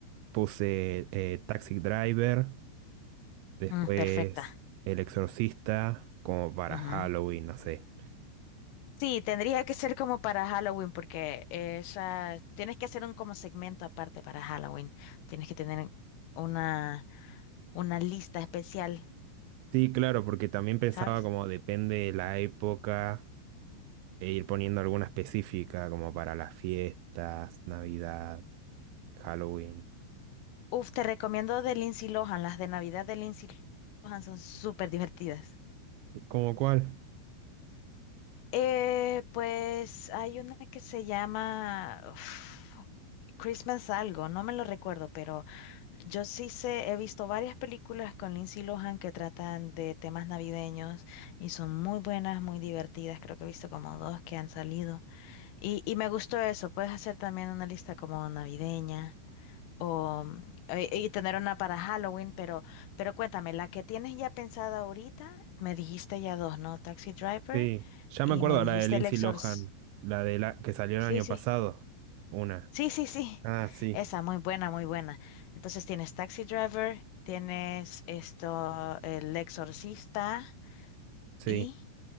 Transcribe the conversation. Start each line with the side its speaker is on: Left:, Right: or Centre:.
Right: puse eh, Taxi Driver, después
Left: Mm, perfecta.
Right: El Exorcista, como para
Left: Ujú.
Right: Halloween, no sé.
Left: Sí, tendría que ser como para Halloween, porque esa, tienes que hacer un como segmento aparte para Halloween. Tienes que tener una, una lista especial,
Right: Sí, claro, porque también pensaba
Left: ¿sabes?
Right: como depende de la época, e ir poniendo alguna específica, como para las fiestas, Navidad, Halloween.
Left: Uf, te recomiendo de Lindsay Lohan, las de Navidad de Lindsay Lohan son súper divertidas.
Right: ¿Como cuál?
Left: Eh, pues hay una que se llama uf, Christmas algo, no me lo recuerdo, pero yo sí sé, he visto varias películas con Lindsay Lohan que tratan de temas navideños y son muy buenas, muy divertidas. Creo que he visto como dos que han salido. Y, y me gustó eso, puedes hacer también una lista como navideña. O, mm, eh, y tener una para Halloween, pero, pero cuéntame, la que tienes ya pensada ahorita, me dijiste ya dos, ¿no? Taxi Driver
Right: Sí, ya
Left: y
Right: me acuerdo
Left: me dijiste
Right: la de Lindsay
Left: El Exorcista.
Right: Lohan, la de la que salió
Left: Sí,
Right: el año
Left: sí,
Right: pasado. Una.
Left: sí, sí, sí.
Right: Ah, sí.
Left: Esa, muy buena, muy buena. Entonces tienes Taxi Driver, tienes esto, El Exorcista
Right: Sí.
Left: y